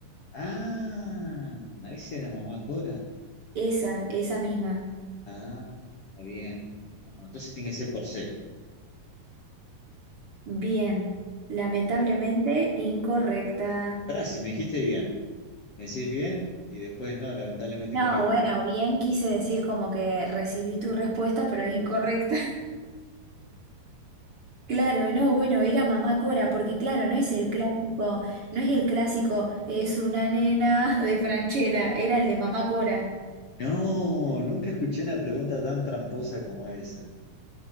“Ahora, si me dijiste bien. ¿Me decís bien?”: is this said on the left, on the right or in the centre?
Left